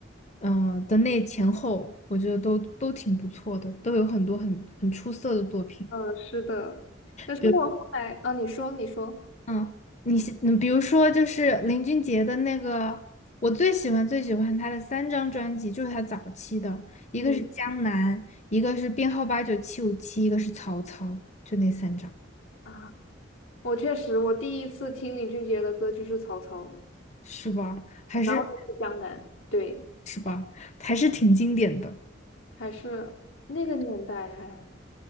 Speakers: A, on the left; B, on the left.
A: 嗯、的那前后，我觉得都都挺不错的，都有很多很很出色的作品。
B: 嗯，是的。但是我后来，
A: 比如，
B: 啊，你说，你说。
A: 嗯，你喜嗯，比如说就是林俊杰的那个，我最喜欢最喜欢他的三张专辑，就是他早期的，一个是《江南》，
B: 嗯
A: 一个是编号八九七五七，一个是《曹操》，就那三张，
B: 啊，我确实，我第一次听林俊杰的歌就是《曹操》，
A: 是吧？还是。
B: 然后就是《江南》。对，
A: 是吧？还是挺经典的。
B: 还是那个年代哎。